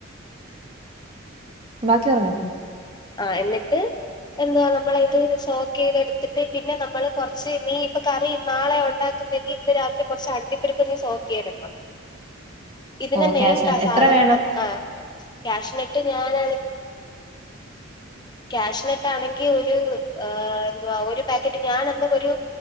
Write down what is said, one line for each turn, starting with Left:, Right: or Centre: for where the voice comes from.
Right: ബാക്കി പറഞ്ഞോ
Left: ആ എന്നിട്ട് എന്താവാ നമ്മള ഇത് സോക്ക് ചെയ്ത എടുത്തിട്ട് പിന്നെ നമ്മൾ കുറച്ച് നീ ഇപ്പൊ കറി നാളെ ഉണ്ടാക്കുന്നെങ്കിൽ ഇന്ന് രാത്രി കുറച്ച് അണ്ടിപ്പരിപ്പ് നീ സോക്ക് ചെയ്തിടണം ഇതിന്റെ
Right: ഓ
Left: മെയിൻ
Right: കാഷ്നട്ട്
Left: സാധന
Right: എത്ര വേണം
Left: ആ ക്യാഷിനിട്ട് ഞാനണ ക്യാഷിനെട്ട് ആണെങ്കിൽ ഒരു എന്തുവാ ഒരു പാക്കറ്റ് ഞാനന്നൊരു